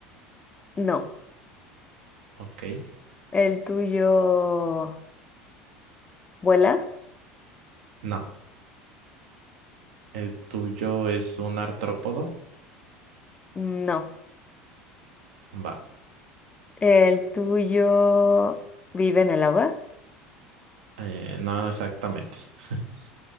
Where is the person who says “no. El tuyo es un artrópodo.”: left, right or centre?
Right